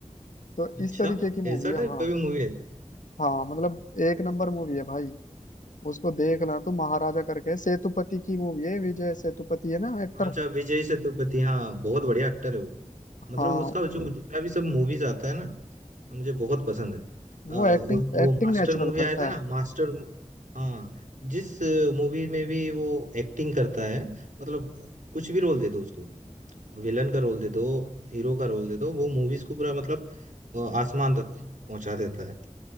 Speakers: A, on the left; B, on the right.
A: तो
B: अच्छा
A: इस तरीके की मूवी
B: ऐसा
A: है
B: टाइप
A: हाँ
B: का भी मूवी है
A: हाँ मतलब एक नंबर मूवी है भाई उसको देखना तो महाराजा करके सेतुपति की मूवी है विजय सेतुपति है ना एक्टर
B: अच्छा विजय सेतुपति हाँ बहुत बढ़िया एक्टर है वो मतलब
A: हाँ
B: उसका जो जितना भी सब मूवीज आता है ना मुझे बहुत पसंद है
A: वो
B: आ,
A: एक्टिंग
B: उस वो
A: एक्टिंग
B: मास्टर
A: नेचुरल
B: मूवी
A: करता
B: आया था ना
A: है
B: मास्टर हाँ जिस मूवी में भी वो एक्टिंग करता है मतलब कुछ भी रोल दे दो उसको विलन का रोल दे दो हीरो का रोल दे दो वो मूवीज को पूरा मतलब अ, आसमान तक पहुंचा देता है